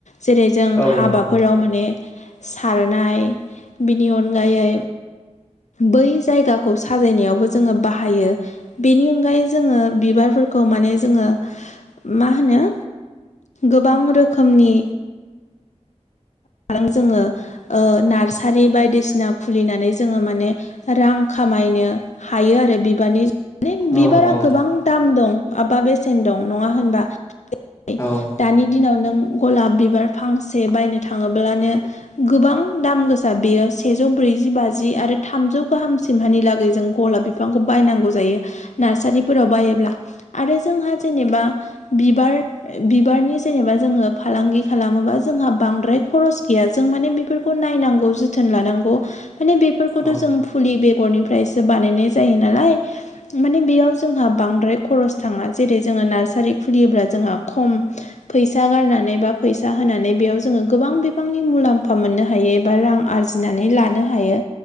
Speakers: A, on the left; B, on the left.
A: जेरै जों
B: औ
A: हाबाफोराव
B: नंगौ
A: ने सारनाय बिनि अनगायै बै जायगाखौ साजायनायावबो जोङो बाहायो। बेनि अनगायै जोङो बिबारफोरखौ माने जोङो मा होनो? गोबां रोखोमनि बां जोङो ओ नार्सारि बायदिसिना खुलिनानै जोङो माने रां खामायनो हायो आरो बिबारनि ने
B: औ
A: बिबारा
B: औ
A: गोबां दाम दं बाबा बेसेन दं नङा होनबा? दानि
B: औ
A: दिनाव नों गलाब बिबार फांसे बायनो थाङोब्लानो गोबां दाम गोसा बेयो सेजौ ब्रैजि बाजि आरो थामजौ गाहाम सिमहानि लागै जों गलाब बिब बिफांखौ बायनांगौ जायो नार्सारिफोराव बायोब्ला आरो जोंहा जेनेबा बिबार ए बिबारनि जेनेबा जोङो फालांगि खालामोबा जोंहा बांद्राय खरस गैया जों माने बेफोरखौ नायनांगौ जोथोन लानांगौ माने बेफोरखौथ'
B: औ
A: जों फुलि बेगरनिफ्रायसो बानायनाय जायो नालाय माने बेयाव जोंहा बांद्राय खरस थाङा जेरै जोङो नार्सारि खुलियोब्ला जोंहा खम फैसा गारनानै बा फैसा होनानै बेयाव जोङो गोबां बिबांनि मुलाम्फा मोननो हायो एबा रां आरजिनानै लानो हायो।